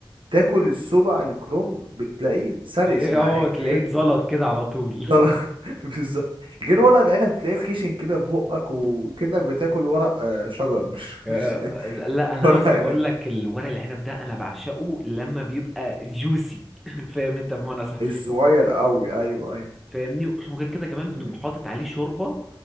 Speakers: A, on the right; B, in the centre.
A: تاكل السبع الكرنب بتلاقيه سلس
B: إيه، إيه،
A: معاك
B: اه تلاقيه
A: غير
B: اتزلط كده على طول <laughs>
A: طلع- <laughs> بالظبط غير ورق العنب تلاقيه خشن كده في بقك وكأنك بتاكل ورق آه، شجر مش
B: آه،
A: مش
B: لا انا
A: ورق
B: عاوز
A: عنب
B: اقول لك الورق العنب ده انا بعشقه لما بيبقى جوسي <laughs> <clears throat> فاهم انت بمعنى صح
A: الصغير قوي ايوه ايوه
B: فاهمني وغير كده كمان بتبقى
A: مم.
B: حاطط عليه شوربة